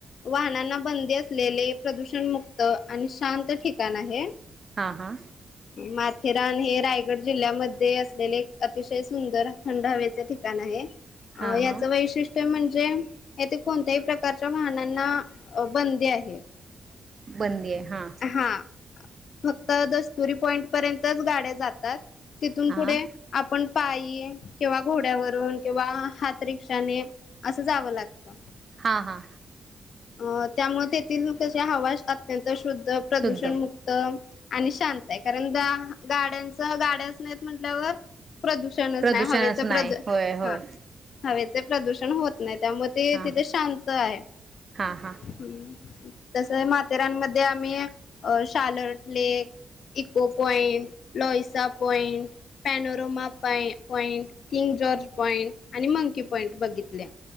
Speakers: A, on the left; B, on the right.
A: वाहनांना बंदी असलेले, प्रदूषण मुक्त आणि शांत ठिकाण आहे.
B: हां हां
A: माथेरान हे रायगड जिल्ह्यामध्ये असलेले एक अतिशय सुंदर थंड हवेचे ठिकाण आहे. अ
B: हां
A: याच
B: हां
A: वैशिष्ट्य म्हण येथे कोणत्याही प्रकारच्या वाहनांना बंदी आहे.
B: बंदी आहे हां
A: हा. फक्त दस्तुरी पॉईंट पर्यंतच गाड्या जातात. तिथून
B: हां
A: पुढे आपण पायी किंवा घोड्यावरून किंवा हात रिक्षाने अस जाव लागत.
B: हा हा
A: अ त्यामुळ तेथील कशी हवा अत्यंत शुद्ध प्रदूषण
B: शुद्ध
A: मुक्त आणि चालतय करेंता गाड्यांचं गा. गाड्याच नाहीत म्हटल्यावर प्रदूषणच
B: प्रदूषणच
A: नाय हवेच
B: नाही
A: प्रदू
B: होय होय
A: हा हवे प्रदूषण होत नाही. त्यामुळे ते
B: हां
A: तिथे शांत आहे.
B: हां
A: <unintelligible>
B: हां
A: तस माथेरानमध्ये आम्ही अ Charlotte lake echo point Louisa point panorama point king George point आणि मंकी पॉइंट बघितले.